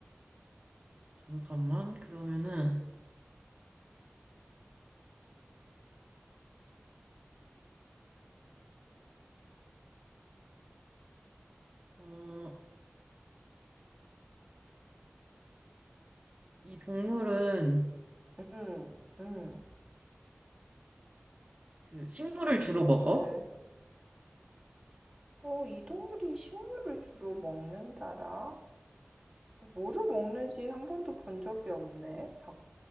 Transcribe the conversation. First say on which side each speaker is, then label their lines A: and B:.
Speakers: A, on the right; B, in the centre.
A: 잠깐만. 그러면은 어, 이 동물은
B: 음, 음,
A: 그 식물을
B: 이
A: 주로
B: 동물을.
A: 먹어?
B: 어, 이 동물이 식물을 주로 먹는다라? 뭐를 먹는지 한 번도 본 적이 없네. 자,